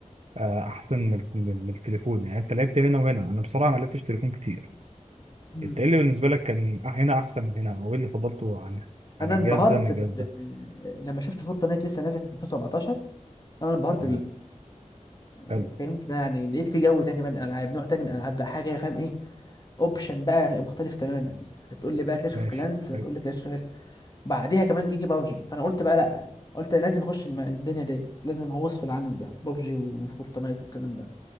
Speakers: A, on the right; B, on the left.
A: آه، أحسن من الك- من من التليفون يعني أنت لعبت هنا وهنا أنا بصراحة ما لعبتش تليفون كتير
B: مم.
A: أنت إيه اللي بالنسبة لك كان أح- هنا أحسن من هنا أو إيه اللي فضلته عن
B: انا
A: عن الجهاز
B: انبهرت
A: ده من الجهاز
B: ب...
A: ده
B: ب... لما شفت فورتنايت لسه نازله في 2017 انا انبهرت
A: تمام
B: بيه يعني
A: حلو
B: فهمت بقى يعني لقيت في جو تاني بقى من الالعاب نوع تاني من الالعاب بقى حاجه فاهم ايه اوبشن بقى مختلف تماما هتقول لي بقى كلاش اوف
A: ماشي
B: كلانس هتقول
A: حلو
B: لي كلاش اوف بعديها كمان جيجي بابجي فانا قلت بقى لا قلت انا لازم اخش الم- الدنيا ديت لازم اغوص في العالم ده بابجي وفورتنايت والكلام ده